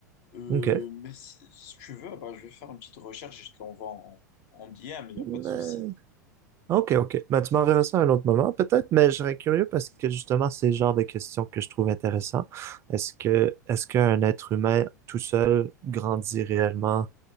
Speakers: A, on the left; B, on the right.
A: Euh,
B: Ok.
A: mais si, si tu veux, bah, je vais faire une petite recherche et je te l'envoie en, en DM, il n'y
B: Hmm,
A: a pas de souci.
B: ben, OK, OK. Ben, tu m'enverras ça à un autre moment, peut-être, mais je serais curieux parce que justement, c'est le genre de questions que je trouve intéressant. Est-ce que est-ce qu'un être humain tout seul grandit réellement